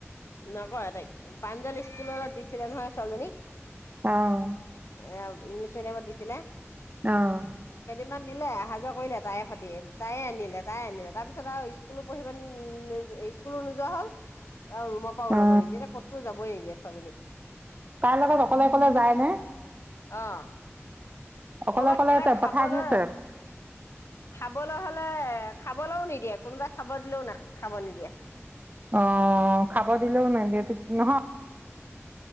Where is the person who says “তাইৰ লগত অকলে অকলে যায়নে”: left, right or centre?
Right